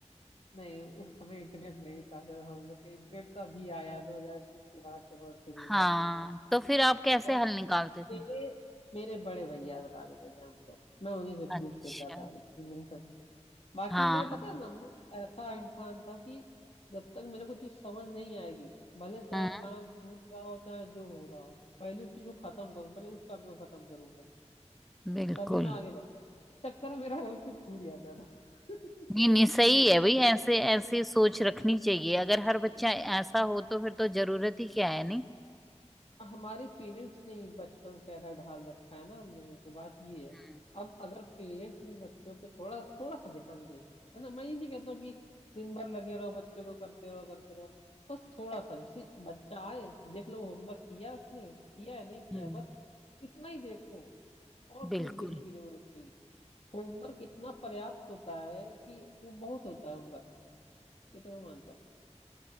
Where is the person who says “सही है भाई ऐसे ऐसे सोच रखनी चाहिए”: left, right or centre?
Centre